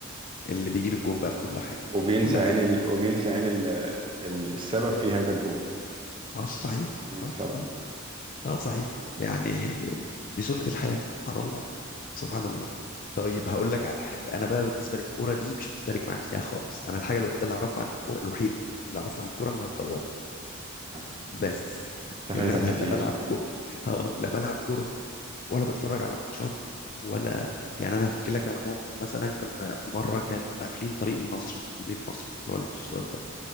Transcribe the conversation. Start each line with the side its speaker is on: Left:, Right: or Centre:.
Left: اللي بيجيب الجون بقى في كل حاجه
Right: وبينسى
Left: كل حاجه
Right: يعني ال... وبينسى يعني ال... ال- السبب في هذا الجهد
Left: اه صحيح
Right: مين السبب
Left: اه اه اه صحيح يعني دي سنه الحياه سبحان الله سبحان الله طيب هقول لك على حاجه انا بقى بالنسبه للكوره دي مش مشترك معاك فيها خالص انا الحاجه الوحيده اللي اعرفها عن الكوره الوحيده اللي اعرفها عن الكوره انها مدوره
Right: يعني
Left: بس
Right: أنت
Left: انما
Right: فايتك كتير
Left: لا بلعب كوره <laughs> آه، لا بلعب كوره ولا بتفرج على ماتشات ولا يعني انا هحكي لك على موقف مثلا كان في مره كانوا قافلين طريق النصر في مدينه نصر اللي هو البوسترات ده